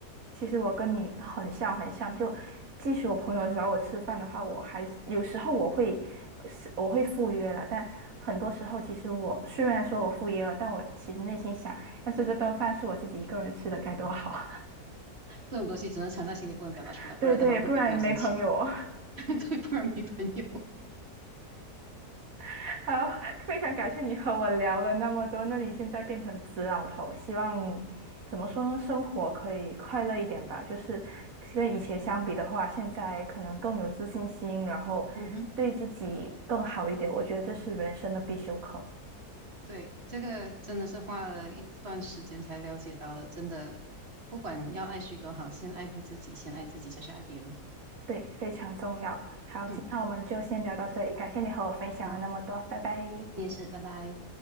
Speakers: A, on the right; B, on the right.
A: 其实我跟你很像，很像。就即使我朋友找我吃饭的话，我还是有时候我会是我会赴约了，但很多时候其实我虽然说我赴约了，但我其实内心想，要是这顿饭是我自己一个人吃的该多好啊。
B: 这种东西只能藏在心里，不能表达出来，
A: <laughs>
B: 不然的话会被朋友嫌弃。
A: 对对，不然没朋友。
B: <laughs> 对，不然没朋友。
A: <laughs> 好，非常感谢你和我聊了那么多。那你现在变成紫老头，希望你怎么说呢？生活可以快乐一点吧。就是跟以前相比的话，现在可能更有自信心，然后对自己更好一点。
B: 嗯哼，
A: 我觉得这是人生的必修课，
B: <laughs> 对，这个真的是花了一段时间才了解到的，真的，不管要爱谁多好，先爱护自己，先爱自己，再去爱别人。
A: 对，非常重要。好，
B: 嗯，
A: 今天我们就先聊到这里，感谢你和我分享了那么多，
B: 好，
A: 拜拜。
B: 你也是，拜拜。